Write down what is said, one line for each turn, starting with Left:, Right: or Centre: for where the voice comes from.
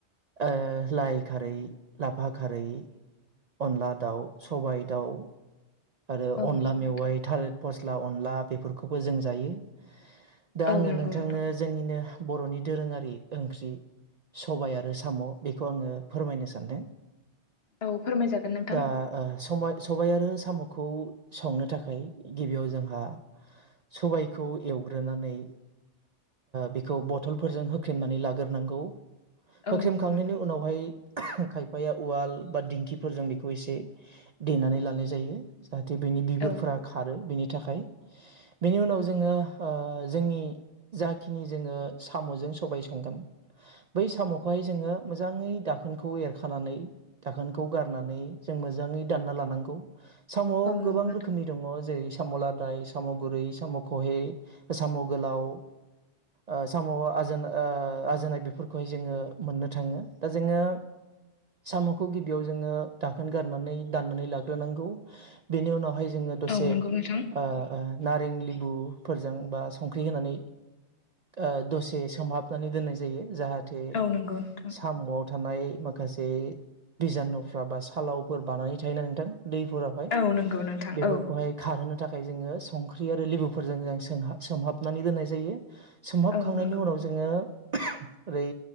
Right: ओ लाइ खारै, लाफा खारै अनला दाउ, सबाय दाउ आरो
Left: औ
Right: अनला
Left: नंगौ
Right: मेवाइ,
Left: नोंथां
Right: थालिर फस्ला अनला, बेफोरखौबो जों जायो। दा
Left: औ
Right: आङो
Left: नंगौ
Right: नोंथांनो
Left: नोंथां
Right: जोंनिनो बर'नि दोरोङारि ओंख्रि सबाय आरो साम' बेखौ आङो फोरमायनो सानदों।
Left: औ फोरमायजागोन नोंथां
Right: दा ओ सबाय सबाय आरो साम' खौ संनो थाखाय गिबियाव जोंहा सबायखौ एवग्रोनानै बेखौ बथलफोरजों होखेनानै लाग्रोनांगौ।
Left: औ
Right: होख्रेमखांनायनि
Left: नंगौ नोंथां
Right: उनावहाय खायफाया उवाल बा दिंखिफोरजों बेखौ एसे देनानै लानाय जायो। जाहाथे बेनि बिगुरफोरा
Left: औ
Right: खारो बेनि थाखाय बेनि उनाव जोङो जोंनि जाखिनि जोङो साम'जों सबाय संगोन बै साम'खौहाय जोङो मोजाङै दाखोनखौ एरखानानै दाखोनखौ गारनानै जों मोजांयै दानना लानांगौ। साम'आव
Left: औ
Right: गोबां
Left: नंगौ नोंथां
Right: रोखोमनि दं ‌जेरै साम' लादाय, साम' गुरै, साम' खहे, साम' गोलाव ओ साम आज‌ ओ आजोननाय बेफोरखौहाय जोङो मोननो। थाङो दा जोङो साम'खौ गिबियाव जोङो दाखोन गारनानै दाननानै लाग्रोनांगौ। बेनि उनावहाय जोङो दसे
Left: औ नंगौ नोंथां
Right: ओ ओ नारें लिबु फोरजों बा संख्रि होनानै ओ दसे सोमहाबनानै दोननाय जायो। जाहा थे
Left: औ नंगौ नोंथां
Right: साम'आव थानाय माखासे बिजानुफ्रा बा सालावफोर बानानै थायोना नोंथां। दै हाय
Left: औ नंगौ नोंथां
Right: बेफोरखौहाय
Left: औ
Right: खारहोनो था खाय जोङो संख्रि आरो लेबुफोरजों जों सोंहा-सोमहाबनानै दोननाय जायो। सोमहाबखांनायनि
Left: औ नंगौ
Right: उनाव जोङो ओरै